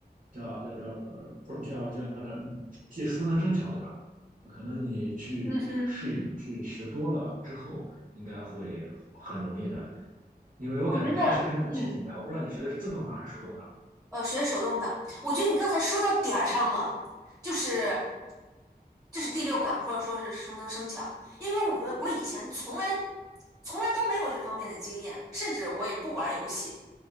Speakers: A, on the right; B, in the centre.
A: 叫叫叫呃，不叫叫叫技熟能生巧，对吧？可能你去适应、
B: 嗯哼，
A: 去学多了之后，应该会很容易的。因为我感觉开车真的挺简单，
B: 我觉得，嗯，
A: 我不知道你学的是自动挡还是手动挡。
B: 呃，学手动挡，我觉得你刚才说到点儿上了，就是就是第六感，或者说是熟能生巧，因为我们我以前从来从来都没有这方面的经验，甚至我也不玩儿游戏。